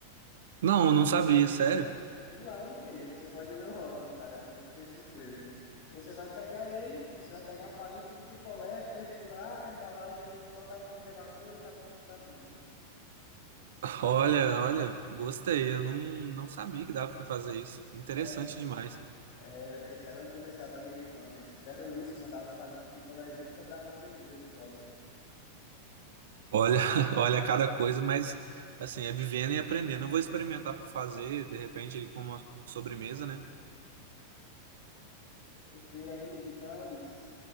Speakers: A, on the right (about 60°); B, on the left (about 50°).
A: Não, não sabia, sério.
B: Aquilo lá é um queijo, você pode ler o rótulo, cara, eu também fiquei surpreso. Você vai pegar ele, você vai pegar um palito de picolé, perfurar a embalagem mesmo, colocar no congelador e tá pronto o Danoninho.
A: <laughs> Olha, olha, gostei. Eu não, não sabia que dava pra fazer isso. Interessante
B: É,
A: demais.
B: é, esse era um comercial da minha infância. Eles fizeram isso, mandavam os palitos de picolé junto e cobrava três vezes o valor.
A: Olha, <laughs> olha cada coisa, mas assim, é vivendo e aprendendo. Eu vou experimentar pra fazer, de repente, ele como uma sobremesa, né?
B: Ok, amigo, então é isso.